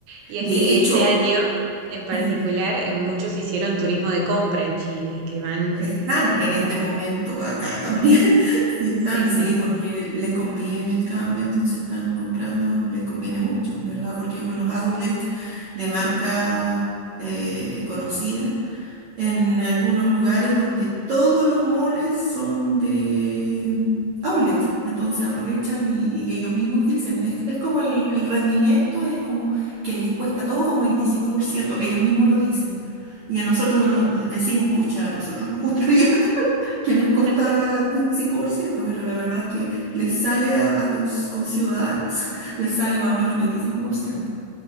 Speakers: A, on the right (about 80°); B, on the right (about 55°).
A: Y este,
B: De hecho,
A: este año en particular,
B: <laughs>
A: eh, muchos hicieron turismo de compra en Chile, que van...
B: están
A: eh,
B: en este momento acá también.
A: sí,
B: <laughs> Sí están,
A: sí, sí.
B: sí, porque les conviene el cambio, entonces están comprando, les conviene mucho, en verdad, porque hay unos outlets de marcas eh, conocidas en algunos lugares donde todos los moles son de mm, outlets. Entonces aprovechan y, y ellos mismos dicen, es, es como el, el rendimiento, es como que les cuesta todo como veinticinco por ciento ellos mismos lo dicen. Y a nosotros
A: Ujú.
B: no- decimos, pucha, a nosotros nos gustaría <laughs> que nos
A: <laughs>
B: costara el veinticinco por ciento pero la verdad es que les sale a, a tus conciudadanos, <laughs> les sale más o menos el 25%.